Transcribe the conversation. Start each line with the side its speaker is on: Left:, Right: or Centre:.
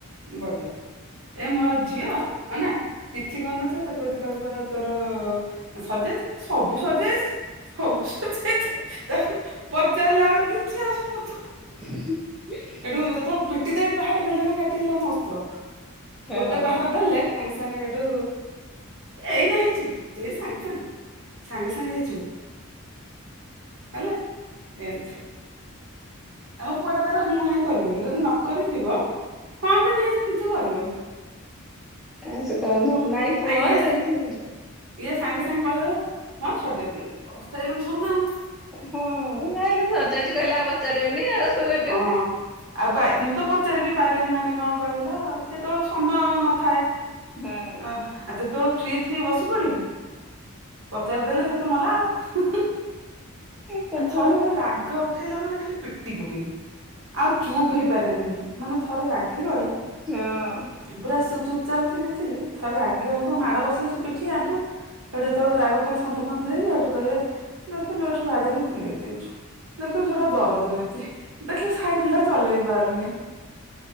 Right: ବଢିଆ ଏ ମୋ ଝିଅ ଅନା କିଛି କରିନଥିବ ତାକୁ ଯଦି କହିବ ଆଉ ତୋର ସରିଯାଇଛି ସବୁ ସରିଯାଇଛି। ସବୁ ସରିଯାଇଛି ତାକୁ ପଚାରିଲା ଏଳୁ କିଛି ଆସୁନଥିବ।
Centre: <inaudible>
Right: ହେଠୁ ଯେତେ ବେଳେ ପିଟି ଦେବି ପାହାରେ ବେଲଣା କାଟି ହେଲା ମୋ ଅସ୍ତ୍ର
Centre: ହଁ
Right: ଗୋଟେ ପାହାର ଦେଲେ ସାଙ୍ଗେ ସାଙ୍ଗେ ହେଠୁ ଏଇନେ ହେଇଯିବ ଏଇ ସାଙ୍ଗେ ସାଙ୍ଗେ। ସାଙ୍ଗେ ସାଙ୍ଗେ ହେଇଯିବ ହେଲା ଏମିତି। ଆମ ପୁଅ ଟା ତାର ହୁଁ ହାଁ କରିବନି ଯଦି ନ କରିଥିବ ହଁ କି ନାହିଁ ସେ କିଛି କରିବନି।
Centre: ଆ ସେ କହ ନହେଲେ ନାଇଁ ପୁଅ
Right: ଆଉ ଇଏ
Centre: ସେମିତି
Right: ଇଏ ସାଙ୍ଗେ ସାଙ୍ଗେ କହିଦବ ହଁ ସରିଯାଇଛି କରିସାରିଲାଣି ସବୁ ନା ଆଉ।
Centre: ହଁ ଯାହାହେଲେ ସରି ଯାଇଛି କହିଲେ ଆଉ ପଚାରିବେନି ଆଉ ହେଠୁ।
Right: ହଁ। ଆଉ ବା ମୁଁ ତ ପଚାରିିବି ପାରେନି ମାନେ କଣ କହିଲ କେତେବେଳେ ସମୟ ନଥାଏ ଅ
Centre: ହଁ
Right: ଆ ଯେତେବେଳେ ଫ୍ରି ଥିବି ବସି ପଡିବି ପଚାରିଦେଲେ ସେ ତ ମଲା ଆଉ
Centre: ଟେନସନ
Right: ଥରେ ମୋ ରାଗ ଉଠେଇଲା ମାନେ ଖାଲି ପିଟି ପକେଇବି। ଆଉ ଚୁପ୍ ହେଇପାରେନି ମୁଁ ମାନେ ଥରେ ରାଗି ଗଲେ
Centre: ହଁ।
Right: ପୁରା ଚୁପଚାପ୍ ଥିବି ଥିବି ଥରେ ରାଗିଗଲେତ ମାଡ଼ ବସିଲେ ସେ ପିଠି, ଆଣ୍ଠୁ ହେଠୁ ଯେତେବେ ରାଗ ଫାଗ ସାନ୍ତ ହେଇଯାଏ ହେଠୁ କହିବେ ଦେଖିଲୁ ଏଠି ବାଡ଼େଇକି ଫୁଲେଇ ଦେଇଛୁ। ଦେଖିଲୁ ସେଟା ଦରଜ ହେଇଛି ଦେଖିଲ ସାଇ ଦେଖିଲୁ ଏଟା ଚଲେଇ ପାରୁନି